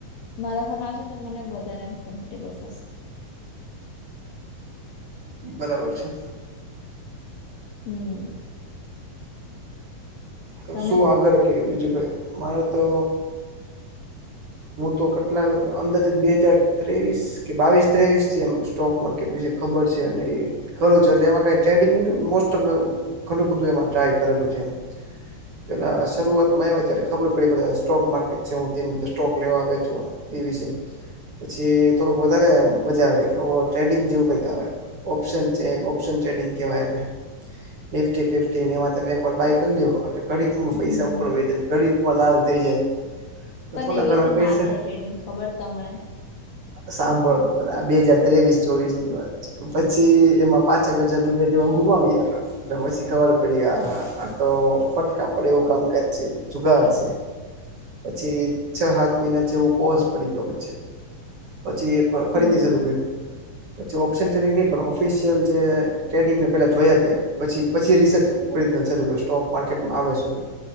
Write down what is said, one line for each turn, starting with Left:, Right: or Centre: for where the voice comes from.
Left: મારા ફોનમાં આવશે ને તો મને વધારે એમ કમ્ફર્ટેબલ થશે
Right: બરાબર છે.
Left: હમ્મ
Right: તો
Left: તમે
Right: શું આગળ કે બીજું કાઈ મારે તો હું તો કેટલા અંદાજીત બે હજાર ત્રેવીસ કે બાવીસ ત્રેવીસ છે એમ સ્ટોક માર્કેટ વિશે ખબર છે અને એ કરુ છે એટલે એમાં કાંઇ ટ્રેડિંગ <unintelligible> મોસ્ટોફ ઘરનું બધું એમાં ટ્રાય કરેલું છે. એમ પેલા શરૂઆતમાં આઈવા ત્યારે ખબર પડી આપડે સ્ટોક માર્કેટ છે હું આન અને સ્ટોક લેવા વેચવા ઈ વિશે પછી થોડોક વધારે મજા આવે કે ઓ ટ્રેડિંગ જેવું કઈક આવે ઓપ્શન છે ઓપ્શન ટ્રેડિંગ કહેવાય એને નિફ્ટી ફિફ્ટી ને એમાં તમે બાય કરી લ્યો એના માટે ઘડીક માં
Left: હમ
Right: પૈસા <unintelligible> ને ઘડીક માં લાલ થઈ જાય તો
Left: પણ
Right: થોડા
Left: એવી
Right: ઘણા
Left: રીતે
Right: પૈસા
Left: ના થાય ટ્રેડિંગ ખબર તમને
Right: સાંભળોતો ખરા બે હાજર ત્રેવીસ ચોવીસ ની વાત પછી એમાં પાંચક હજાર રૂપિયા જેવા ગુમાવી્યા પછી ખબર પડી આ હા હા તો ફટકા પડે એવું કામકાજ છે જુગાર છે પછી છ સાત મહિના જેવું ફોજ પડી ગયો વચ્ચે પછી એ ફરીથી
Left: હમ
Right: શરૂ કર્યું. પછી ઓપ્શન ટ્રેડિંગ નઈ પણ ઓફિસિયલ જે ટ્રેડિંગને પેલા જોયા કે પછી પછી રિસર્ચ ઓરિજનલ શરુ કર્યું, સ્ટોક માર્કેટમાં આવે શું છે.